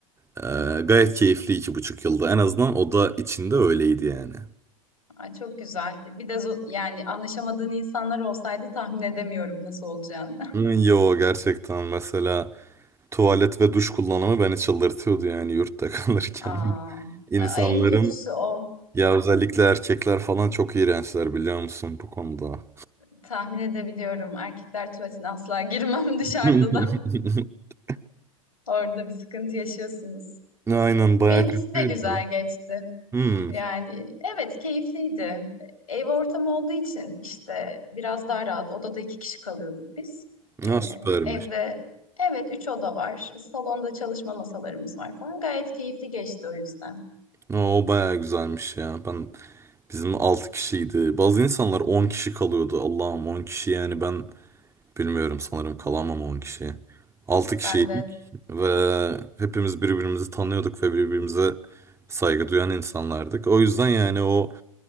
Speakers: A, on the right; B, on the left.
A: e, gayet keyifli iki buçuk yılda En azından oda içinde öyleydi yani.
B: Ay, çok güzel. Bir de zo- yani anlaşamadığın insanlar olsaydı tahmin edemiyorum nasıl olacağını.
A: Hı, Yo gerçekten mesela tuvalet ve duş kullanımı beni çıldırtıyordu yani yurtta <laughs> kalırken.
B: Aa,
A: İnsanların
B: en kötüsü o.
A: ya özellikle erkekler falan çok iğrençler biliyor musun bu konuda.
B: Tahmin edebiliyorum. Erkekler tuvaletine asla girmem <laughs> dışarıda
A: <laughs>
B: da. Orada bir sıkıntı yaşıyorsunuz.
A: Aynen bayağı
B: Benimkisi
A: kötüydü.
B: de güzel geçti.
A: Hmm,
B: Yani evet keyifliydi. Ev ortamı olduğu için işte biraz daha rahat. Odada iki kişi kalıyorduk biz. Ee,
A: ya süpermiş.
B: evde evet üç oda var. Salonda çalışma masalarımız var falan. Gayet keyifli geçti o yüzden.
A: O, o bayağı güzelmiş ya. Ben bizim 6 kişiydi. Bazı insanlar 10 kişi kalıyordu. Allah'ım 10 kişi yani ben Bilmiyorum sanırım kalamam 10 kişi. 6 kişiydik
B: Ben de
A: ve hepimiz birbirimizi tanıyorduk ve birbirimize saygı duyan insanlardık. O yüzden yani o